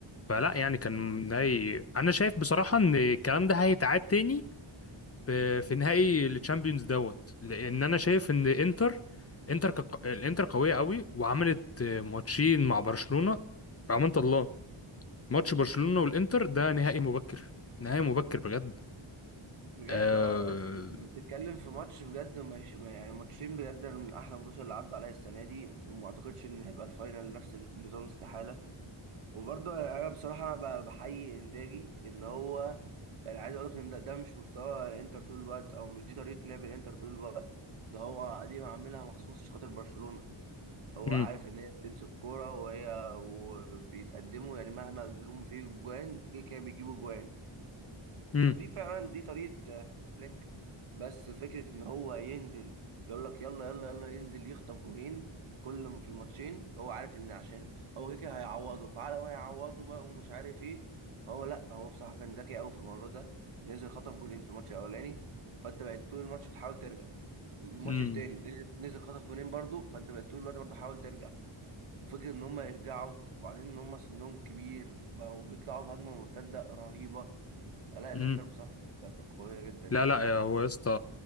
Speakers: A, on the left; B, on the right.
A: فلا يعني كان نهائي انا شايف بصراحه ان الكلام ده هيتعاد تاني في في نهائي الشامبيونز دوت لان انا شايف ان انتر انتر ك... الانتر قويه قوي وعملت ماتشين مع برشلونه امانه الله ماتش برشلونه والانتر ده نهائي مبكر نهائي مبكر بجد
B: بجد
A: آه...
B: اه اصل انت بتتكلم في ماتش بجد مش ما- يعني ماتشين بجد من احلى الماتشات اللي عدوا عليا السنه دي وما اعتقدش ان هيبقى الفاينل نفس النظام استحاله وبرضه انا بصراحه انا ب- بحيي انزاجي ان هو يعني عايز اقول لك ان ده, ده مش مستوى الانتر طول الوقت او مش دي طريقه لعب الانتر طول الوقت ده هو دي عاملها مخصوص عشان خاطر برشلونه هو
A: مم.
B: عارف ان هي بتمسك كوره وهي وبيتقدموا يعني مهما جم فيه جوان كده كده بيجيبوا جوان
A: مم.
B: دي فعلا دي طريقة هانز فليك بس فكرة ان هو ينزل يقول لك يلا يلا يلا ينزل يخطف جونين كل م- في الماتشين هو عارف ان عشان هو كده كده هيعوضه فعلى ما هيعوضه بقى ومش عارف ايه فهو لا هو بصراحة كان ذكي قوي في الموضوع ده نزل خطف جونين في الماتش الاولاني فانت بقيت طول الماتش بتحاول ترجع الماتش
A: مم.
B: التاني نزل نزل خطف جونين برضو فانت بقيت طول الوقت برضو حاول ترجع وفكرة إن هما يرجعوا وبعدين إن هما سنهم كبير بقوا بيطلعوا بهجمة مرتدة رهيبة فلا
A: مم.
B: الإنتر بصراحة كانت كانت قوية جدا يعني
A: لا لا هو يا اسطى